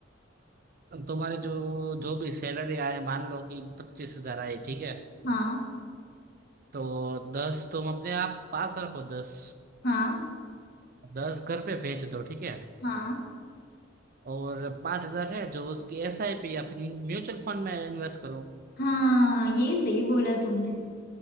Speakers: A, on the right; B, on the left.
A: तुम्हारी जो जो भी सैलरी आए मान लो कि पच्चीस हजार आई ठीक है
B: हाँ
A: तो दस तुम अपने आप पास रखो दस
B: हाँ
A: दस घर पे भेज दो ठीक है
B: हाँ
A: और पांच हजार है जो उसकी एसआईपी या फिर म्यूचुअल फंड में इन्वेस्ट करो
B: हाँ ये सही बोला तुमने